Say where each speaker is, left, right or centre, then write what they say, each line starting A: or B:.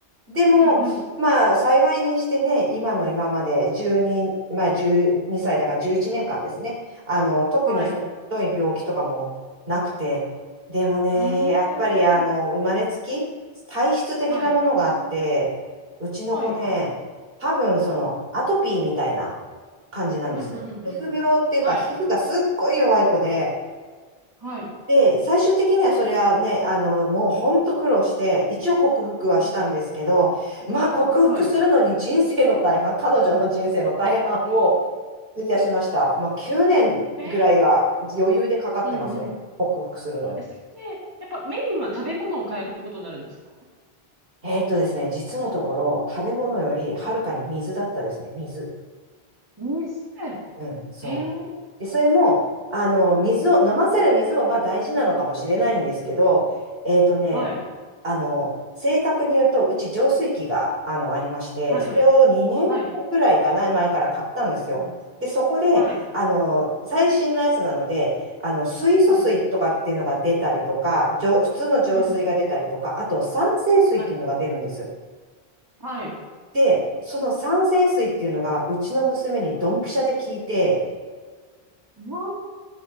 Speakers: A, on the right (about 65°); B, on the right (about 20°).
A: でも、
B: うんうん。
A: まあ、幸いにしてね、今の今まで12、まあ、12歳だから11年間ですね。あの、特にその、
B: はい。
A: ひどい病気とかもなくて。でもね、
B: うーん。
A: やっぱり、あの、生まれつき、体質的なものがあって、
B: はい。
A: うちの子ね、
B: はい。
A: 多分、その、アトピーみたいな感じなんですよ。
B: うん、うん、うん、
A: 皮膚病っていうか、
B: うん。はい。
A: 皮膚がすっごい弱い子で、
B: はい。
A: で、最終的にはそれはね、あの、もうほんと苦労して、一応克服はしたんですけど、
B: うん。
A: まあ克服するのに人生の大半、
B: はい。
A: 彼女の人生の大半を費やしました。まあ9年ぐらいは余裕でかかってますね、
B: えー、えー、うんうん。
A: 克服するのに。
B: え、それって、やっぱメインは食べ物を変えることになるんですか
A: えーっとですね、実のところ、食べ物よりはるかに水だったですね、
B: うん。
A: 水。
B: 店。
A: うん、そう。
B: えー、
A: で、それも、あの、水を、飲ませる水もまあ大事なのかもしれないんですけど、えっとね、
B: はい。
A: あの、正確に言うと、うち浄水器が、あの、ありまして、
B: はい。
A: それを2年ぐらいかな、
B: はい。
A: 前から買ったんですよ。
B: うん。
A: で、そこで、
B: はい。
A: あの、最新のやつなので、あの、水素水とかっていうのが出たりとか、
B: はい。
A: 浄普通の浄水が出たりとか、
B: うんうん。
A: あと酸性水っていうのが出るんです。
B: はい。はい。
A: で、その酸性水っていうのが、うちの娘にドンピシャで聞いて、
B: うん。うわ、